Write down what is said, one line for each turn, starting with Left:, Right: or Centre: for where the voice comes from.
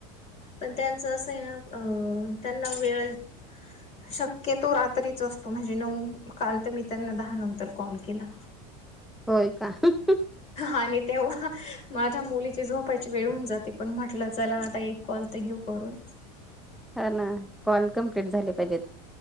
Left: त्यांचा असा आहे ना त्यांना वेळच नाही. शक्यतो रात्रीच असतो म्हणजे नऊ काल तर मी त्यांना दहा नंतर कॉल केला.
Centre: होय का. <unintelligible>
Left: आणि तेव्हा माझ्या मुलीची झोपायची वेळ होऊन जाते पण म्हटलं चला आता एक कॉल ते घेऊ करून.
Centre: हा ना कॉल कमप्लीट झाले पाहिजेत